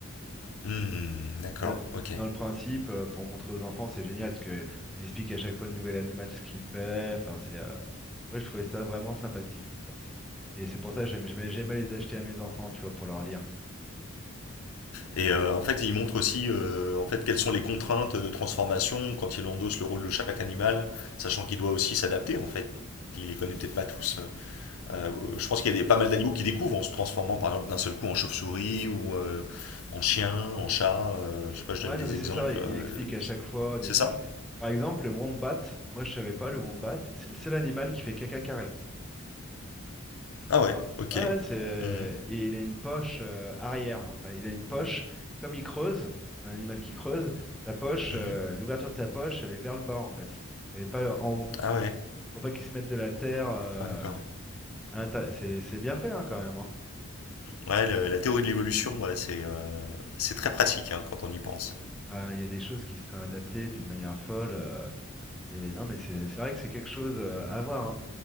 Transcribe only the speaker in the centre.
Et, dans
et dans le principe, euh, pour montrer aux enfants, c'est génial parce que ils expliquent à chaque fois le nouvel animal ce qu'il fait. Enfin, c'est euh, ouais, je trouvais ça vraiment sympathique. quoi. Et c'est pour ça que j'aime- j'aimais j'aimais les acheter à mes enfants, tu vois, pour leur lire.
Ouais,
non, mais c'est
ça, il
il explique à chaque fois des
trucs.
Par exemple, le wombat, moi je savais pas, le wombat, c'est le seul animal qui fait caca carré.
Tu vois?
Ouais, ouais, c'est...
Et il a une poche euh, arrière. Enfin, il a une poche, comme il creuse, c'est un animal qui creuse, sa poche,
euh, l'ouverture de sa poche, elle est vers le bas, en fait. Elle est pas en haut.
Faut pas qu'il se mette de la terre euh,
à l'intérieur. C'est c'est bien fait, hein, quand même. hein.
Enfin, il y a des choses qui se sont adaptées d'une manière folle. euh, et non, mais c'est c'est vrai que c'est quelque chose euh, à voir. hein.